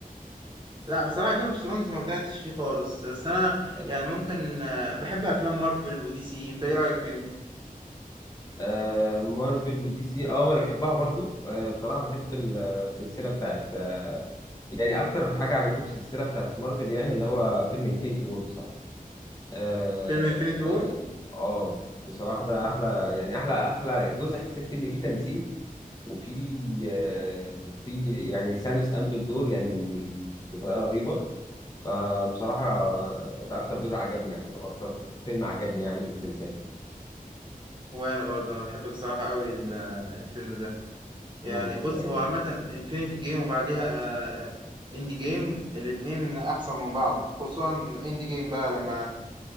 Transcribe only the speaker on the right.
لا بصراحة جيم اوف ثرونز ما بدأتش فيه خالص بس أنا
يعني ممكن آه، بحب أفلام مارفل ودي سي أنت إيه رأيك فيهم؟
فيلم انفينيتي وور
وأنا برضه أنا بحب بصراحة أوي ال- آه، الفيلم ده يعني
بص
هو عامة انفينيتي جيم وبعديها آه، آه، اند جيم الاتنين أحسن من بعض خصوصا اند جيم بقى لما